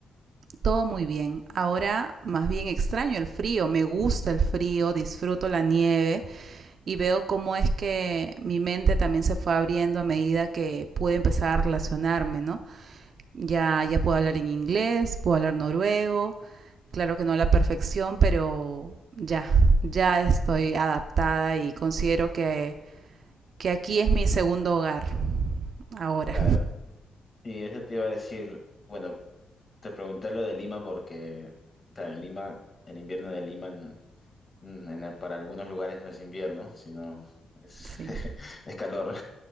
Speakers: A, on the right; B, on the left.
A: todo muy bien. Ahora más bien extraño el frío, me gusta el frío, disfruto la nieve y veo cómo es que mi mente también se fue abriendo a medida que pude empezar a relacionarme, ¿no? Ya, ya puedo hablar en inglés, puedo hablar noruego, claro que no a la perfección, pero ya, ya estoy adaptada y considero que, que aquí es mi segundo hogar ahora.
B: Claro, y eso te iba a decir, bueno, te pregunté lo de Lima porque, claro, en Lima, el invierno de Lima en- en- en- para algunos lugares no es invierno, sino es,
A: Sí,
B: <laughs> es calor,